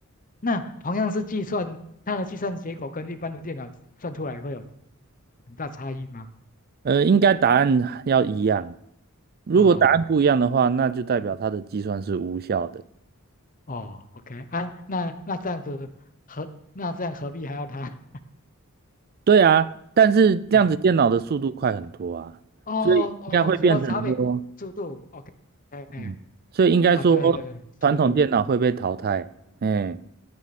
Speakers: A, on the left; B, on the right.
A: 那同样是计算，它的计算结果跟一般的电脑算出来会有很大差异吗？
B: 呃，应该答案要一样，如果答案不一样的话，
A: 哦
B: 那就代表它的计算是无效的。
A: 哦，OK，啊，那那这样子何那这样何必还要它？
B: 对啊，但是量子电脑的速度快很多啊，
A: 嗯，哦哦，
B: 所以应该会变成说，
A: 主要差别速度，OK，哎哎
B: 嗯，所以应该说传统电脑会被淘汰，
A: 啊，对对，对速度。
B: 哎，